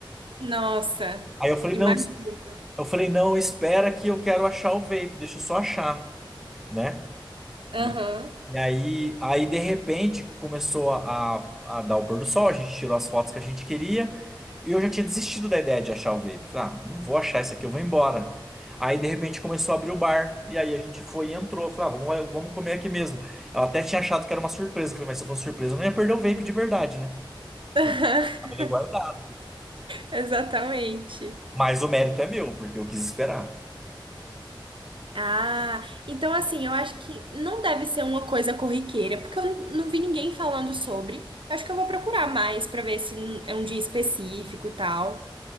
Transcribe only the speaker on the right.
Nossa,
imagino.
Aham.
Aham,
<laughs>
Exatamente.
Ah, então assim, eu acho que não deve ser uma coisa corriqueira, porque eu n- não vi ninguém falando sobre. Eu acho que eu vou procurar mais pra ver se n- é um dia específico e tal.